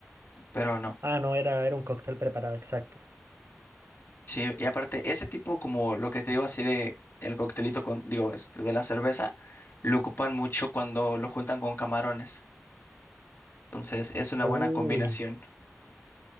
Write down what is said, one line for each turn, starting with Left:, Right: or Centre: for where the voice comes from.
Left: pero no.
Right: Ah, no, era, era un cóctel preparado, exacto.
Left: Sí, y aparte, ese tipo como lo que te digo así de el coctelito con, digo, este, de la cerveza, lo ocupan mucho cuando lo juntan con camarones. Entonces, es una
Right: Uy,
Left: buena combinación